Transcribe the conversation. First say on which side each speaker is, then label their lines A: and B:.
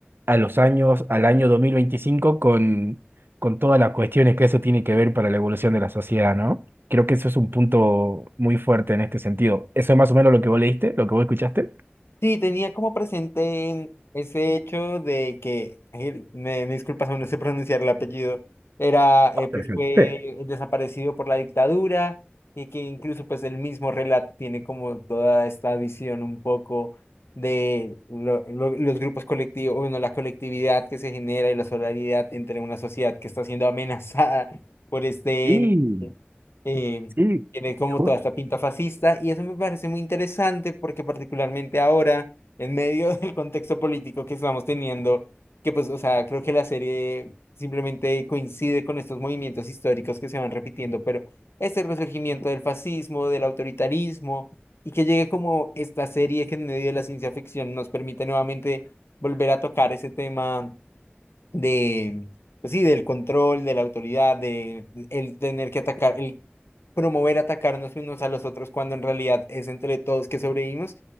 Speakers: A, on the right; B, on the left.
A: a los años, al año 2025 con, con todas las cuestiones que eso tiene que ver para la evolución de la sociedad, ¿no? Creo que eso es un punto muy fuerte en este sentido. ¿Eso es más o menos lo que vos leíste, lo que vos escuchaste?
B: Sí, tenía como presente ese hecho de que, ay, me, me disculpas, aún no sé pronunciar el apellido, era, eh, pues
A: Perfecto.
B: fue desaparecido por la dictadura y que incluso pues el mismo relato tiene como toda esta visión un poco de lo- lo- los grupos colectivos, bueno, la colectividad que se genera y la solidaridad entre una sociedad que está siendo amenazada por este
A: Sí,
B: eh,
A: sí,
B: tiene como
A: sí,
B: toda esta pinta fascista y eso me parece muy interesante porque particularmente ahora, en medio <laughs> del contexto político que estamos teniendo, que pues, o sea, creo que la serie simplemente coincide con estos movimientos históricos que se van repitiendo, pero este resurgimiento del fascismo, del autoritarismo y que llegue como esta serie que en medio de la ciencia ficción nos permite nuevamente volver a tocar ese tema de, pues sí, del control, de la autoridad, de el tener que atacar, el promover atacarnos unos a los otros cuando en realidad es entre todos que sobrevivimos,